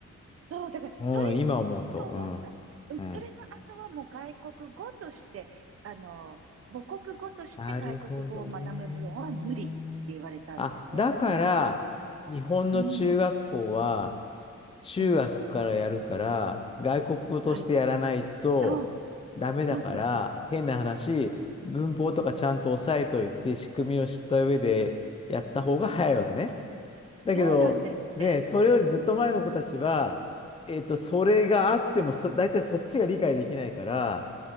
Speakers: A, on the right; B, on the left.
A: そう、だから、
B: うん。
A: それ
B: 今思うと。
A: の後は、
B: うん。
A: うんそれの後はもう外国語として、
B: うん。
A: あの、母国語として外国語を学ぶのは無理って言われたんですね。
B: なるほどね。あ、だから、
A: だから、
B: 日本の中学校は、
A: うん、
B: 中学からやるから、
A: うん、
B: 外国語としてやらないとダメだから、
A: 外、そうそう、そうそうそう、
B: 変な話、文法とかちゃんと押さえといて、仕組みを知った上でやった方が早いわけね。
A: そうなんですって。
B: だけど、ね、それよりずっと前の子たちは、
A: うん、
B: えっと、それがあってもそ、大体そっちが理解できないから、